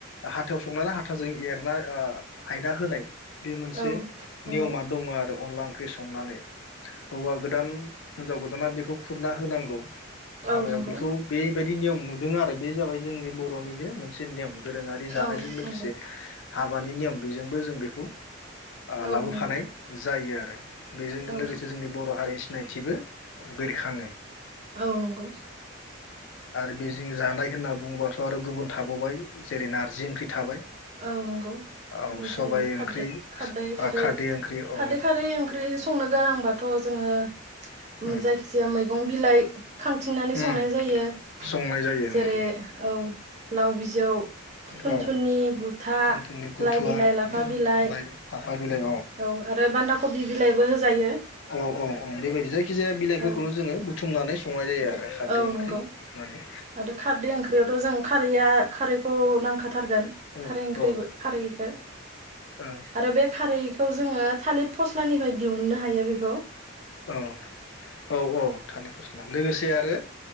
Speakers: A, on the left; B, on the right.
A: हाथायाव संनानै हाथाजों एरना हायना होनाय बे मोनसे
B: औ नंगौ
A: नियमा दंङ आरो अनला ओंख्रि संनानै हौवा गोदान हिनजाव गोदाना बेखौ खुरना होनांगौ हाबायाव
B: औ नंगौ
A: बेखौ बे बेबायदि नियम नुदों आरो बे जाबाय जोंनि बर'निनो मोनसे नियम। दोरोंङारि जानायजों
B: औ
A: लोगोसे
B: नंगौ
A: हाबानि नियम बेजोंबो जों बेखौ
B: औ
A: लाबोफानाय
B: नंगौ
A: जायो आरो। बेजोंनो
B: औ
A: लोगोसे जोंनि बर हारि सिनायथिबो बिरखाङो।
B: औ नंगौ
A: आरो बेजों जानाय होनना बुङोबाथ आरो गुबुन थाबावबाय जेरै नारजि ओंख्रि थाबाय।
B: औ नंगौ
A: औ
B: आरो
A: सबाय
B: जेरै
A: ओंख्रि
B: खारदै खारदैै खारै
A: खारदै ओंख्रि औ
B: खारदै खारै ओंख्रि संनो गोनांबा दाथ जोंङो
A: उम
B: जायखिजाया मैगं बिलाइ खांथिंनानै
A: उम
B: संनाय जायो
A: संनाय जायो उम
B: जेरै औ। लाव बिजौ थुनथुनि
A: औ
B: गुथा
A: थुनथुनि गुथुवा
B: बिलाइ लाफा
A: उम
B: बिलाइ
A: लाइ लाफा बिलाइ
B: औ आरो बान्दाकबि बिलाइबो हो जायो।
A: औ औ औ बेबायदि जायखि जाया बिलाइफोरखौनो
B: औ
A: जोंङो <unintelligible> संनाय जायो
B: बुथुम
A: आरो खारदै
B: औ
A: ओंख्रि
B: नंगौ
A: गुरनानै
B: आरो खारदै ओंख्रियावथ जों खारैया खारैखौ नांखा थारगोन
A: औ
B: खारै ओंख्रिबो
A: औ
B: खारैखो
A: औ
B: आरो बे खारैखौ जों ओ थालिद फस स्लानि फाय दिहुननो हायो बेखौ
A: औ औ औ थालि फस्ला लोगोसे आरो